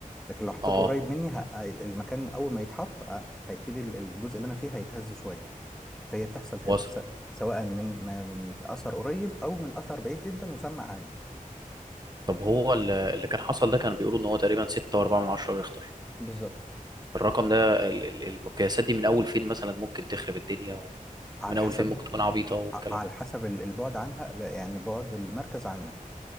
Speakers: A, in the centre; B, on the right.
A: لكن لو حطيته
B: اه
A: قريب مني ه- المكان أول ما يتحط آه، هيبتدي الجزء اللي أنا فيه هيتهز شوية فهي بتحصل كده
B: وصل
A: س- سواء من ما- من اثر قريب او من اثر بعيد جدا وسمع عندي
B: طب هو ال- اللي كان حصل ده كانوا بيقولوا ان هو تقريبا 6 و4 من 10 ريختر
A: بالظبط
B: الرقم ده ال- ال- المقياسات دي من اول فين مثلا ممكن تخرب الدنيا
A: على
B: ومن اول
A: حسب
B: فين ممكن تكون عبيطه والكلام
A: ع- على
B: ده
A: حسب ال- البعد عنها بقى- يعني بعد المركز عنك